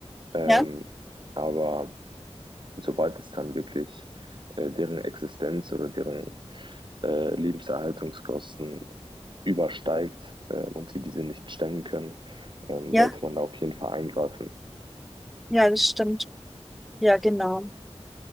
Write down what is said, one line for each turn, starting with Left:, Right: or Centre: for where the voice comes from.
Right: Ähm,
Centre: Ja,
Right: aber sobald es dann wirklich äh, deren Existenz oder deren äh, Lebenserhaltungskosten übersteigt äh, und sie diese nicht stemmen können, ähm,
Centre: ja,
Right: sollte man da auf jeden Fall eingreifen.
Centre: ja, das stimmt. Ja, genau.